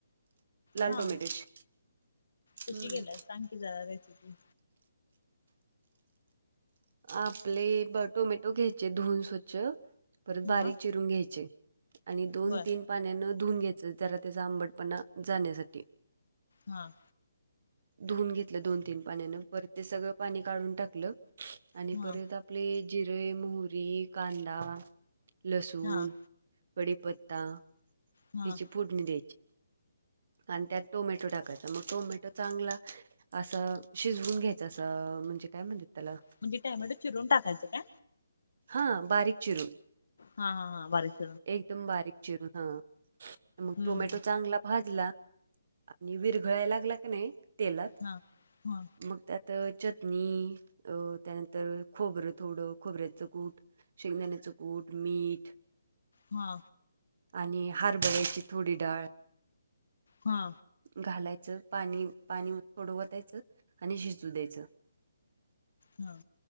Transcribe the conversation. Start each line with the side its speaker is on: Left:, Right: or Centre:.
Right: लाल
Left: हा
Right: टोमॅटोची
Left: कशी
Right: हम्म
Left: गेला सांग की जरा रेसिपी
Right: आपले ब टोमॅटो घ्यायचे धुून स्वच्छ परत
Left: हा
Right: बारीक चिरून घ्यायचे. आणि दोन
Left: बर
Right: तीन पाण्यान धुून घ्यायचं जरा त्याचा आंबडपणा जाण्यासाठी
Left: हां.
Right: धुवून घेतलं दोन तीन पाण्यानं पर ते सगळं पाणी काढून टाकलं. आणि
Left: हा
Right: परत आपले जिरे मोहरी कांदा, लसूण
Left: हां.
Right: कडीीपत्ता
Left: हा
Right: हिची फोडणी द्यायची. आणि त्यात टोमॅटो टाकायचा मग टोमॅटो चांगला असं शिजवून घ्यायचं असं म्हणजे काय म्हणत त्याला
Left: म्हणे टॅमट चिरून टाकायचंय.
Right: हा बारीक चिरून
Left: हा हा हा बर.
Right: एकदम बारीक चिरून हा मग
Left: हम्म
Right: टोमॅटो चांगला भाजला आणि विरघळायला लागला की नाही तेलात
Left: हा हा.
Right: मग त्यात चटणी त्यानंतर खोबरं थोडं खोबऱ्याचं गूट शेंगदाण्याच कूट, मीठ
Left: हा.
Right: आणि हरभऱ्याची थोडी डाळ
Left: हा.
Right: घालायचं पाणी पाणी थोडवतायचं आणि शिजू द्यायचं. <unintelligible>
Left: हा.